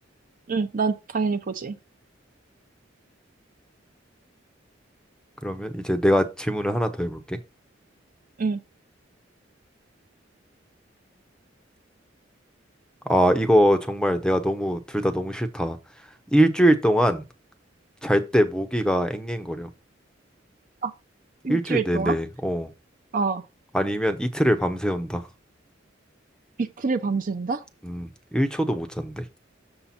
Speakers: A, on the right; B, in the centre.
A: 응, 난 당연히 보지.
B: 그러면 이제 내가 질문을 하나 더 해볼게.
A: 응.
B: 아, 이거 정말 내가 너무 둘 다 너무 싫다. 일주일 동안 잘 때 모기가 앵앵거려.
A: 아, 일주일
B: 일주일 내내.
A: 동안?
B: 어.
A: 어.
B: 아니면 이틀을 밤새운다.
A: 이틀을 밤새운다?
B: 음, 1초도 못 잔대.